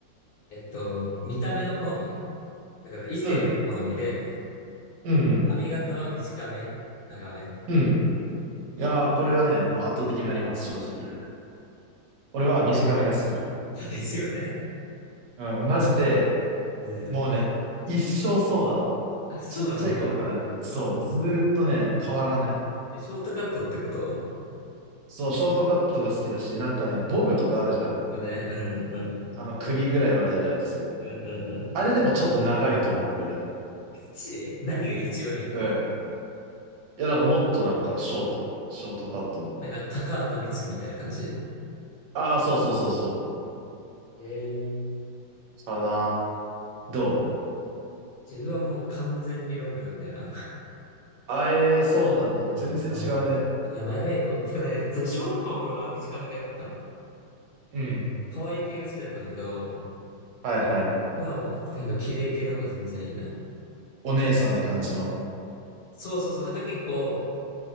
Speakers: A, on the left (about 55°); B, on the right (about 70°).
A: えっと、見た目の好み。だから異性の好みで、
B: うん。うん、うん。
A: 髪型は短め長め
B: うん。いやー、これはね、もう圧倒的にあります、正直。
A: うん。
B: 俺は短めが好き。
A: <laughs> ですよね
B: うん、マジで、
A: うん。
B: もうね、一生そうだわ。
A: あ、そうなんだ。
B: ちっちゃい頃から、そう、ずーっとね、変わらない。
A: え、ショートカットってこと
B: そう、ショートカットが好きだし、なんかね、ボムとかあるじゃん。
A: 僕ね、うんうん。
B: あの、首ぐらいまであるやつ。
A: うんうんうん。
B: あれでもちょっと長いと思うぐらい。
A: ガチで何が一番いいのよ。
B: うんいや、なんかもっとなんか、ショート、ショートカットの。
A: なんか、高畑充希みたいな感じ。
B: ああ、そうそうそうそう。
A: えー、
B: かな。どう
A: 自分はもう完全にロングなんだよな。
B: あえー、そうなんだ。
A: <laughs>
B: 全然違うね。
A: そう。いや、長い方、僕ね、でも小学校の頃は短めが良かったの。
B: うん。
A: 可愛い系が好きだったんだけど、
B: はいはい。
A: がもう、なんか綺麗系の方が全然いいな。
B: お姉さんって感じの。
A: そうそうそう、なんか結構、